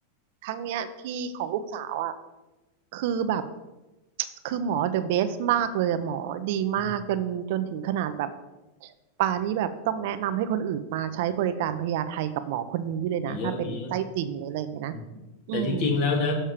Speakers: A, on the right; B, on the left.
A: ครั้งเนี้ยที่ของลูกสาวอ่ะคือแบบคือหมอเดอะเบสมากเลยอะหมอดีมากจนจนถึงขนาดแบบ
B: อืม
A: ป่านี้แบบต้องแนะนำให้คนอื่นมาใช้บริการพยาไทกับหมอคนนี้เลยนะถ้าเป็นไส้ติ่งหรืออะไรอย่างเงี้ยนะ
B: มีเยอะมีเยอะอืมแต่จริงๆแล้วนะ
A: อืม